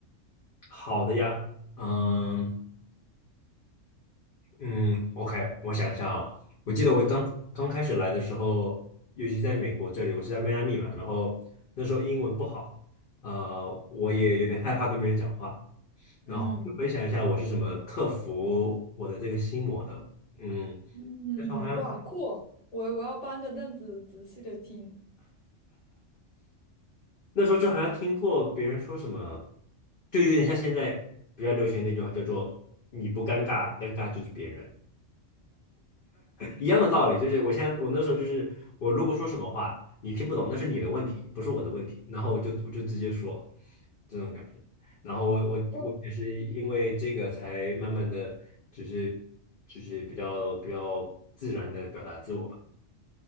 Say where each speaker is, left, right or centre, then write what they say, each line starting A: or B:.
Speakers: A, on the left (about 50°); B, on the left (about 30°).
A: 好的呀，嗯嗯，OK，我想一下哦，我记得我刚刚开始来的时候，尤其在美国这里，我是在迈阿密嘛，然后那时候英文不好，呃，我也有点害怕跟别人讲话，
B: 嗯
A: 然后就分享一下我是怎么克服我的这个心魔的，
B: 嗯
A: 嗯，
B: 嗯，
A: 那时候好像
B: 哇，酷！我我要搬个凳子仔细的听。
A: 那时候就好像听过别人说什么，就有点像现在比较流行的那句话叫做“你不尴尬，尴尬就是别人”。一样的道理，就是我现在我那时候就是我如果说什么话你听不懂，那是你的问题，不是我的问题。然后我就我就直接说这种感觉。然后我我我也是因为这个才慢慢的就是就是比较比较自然的表达自我吧。
B: 哦。